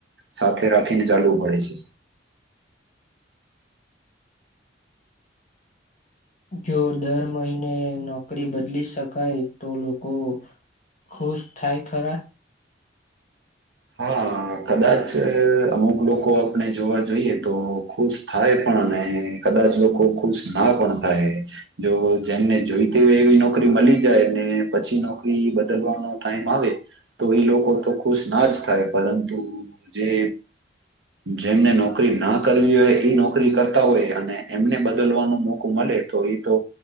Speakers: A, on the right (about 70°); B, on the left (about 40°).
A: સાથે રાખીને ચાલવું પડે છે.
B: જો દર મહિને નોકરી બદલી શકાય તો લોકો ખુશ થાય ખરા
A: હા. કદાચ અમુક લોકો આપણે જોવા જોઈએ તો ખુશ થાય પણ અને કદાચ લોકો ખુશ ના પણ થાય જો જેમને જોઈતી હોય એવી નોકરી મળી જાય ને પછી નોકરી બદલવાનો ટાઈમ આવે તો એ લોકો તો ખુશ ના જ પરંતુ જે જેમને નોકરી ના કરવી હોય એ નોકરી નોકરી કરતા હોય અને એમને બદલવાનો મોકો મળે તો એ તો